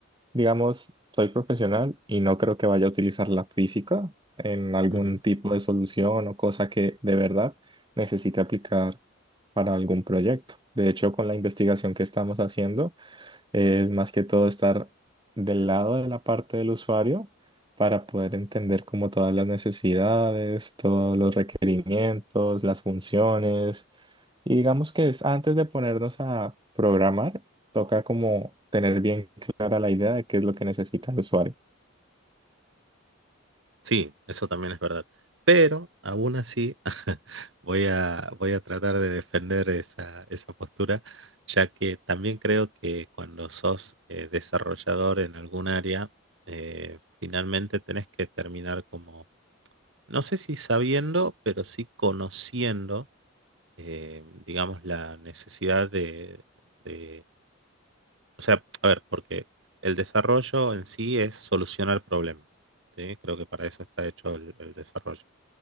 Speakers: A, on the right (about 20°); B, on the right (about 60°).
A: digamos, soy profesional y no creo que vaya a utilizar la física en algún
B: Ujú.
A: tipo de solución o cosa que de verdad necesite aplicar para algún proyecto. De hecho, con la investigación que estamos haciendo, es más que todo estar del lado de la parte del usuario para poder entender como todas las necesidades, todos los requerimientos, las funciones. Y digamos que es antes de ponernos a programar, toca como tener bien clara la idea de qué es lo que necesita el usuario.
B: Sí, eso también es verdad. Pero aún así <laughs> voy a, voy a tratar de defender esa, esa postura, ya que también creo que cuando sos eh, desarrollador en algún área, eh, finalmente tenés que terminar como, no sé si sabiendo, pero sí conociendo, eh, digamos, la necesidad de, de- o sea, a ver, porque el desarrollo en sí es solucionar problemas, ¿sí? Creo que para eso está hecho el el desarrollo.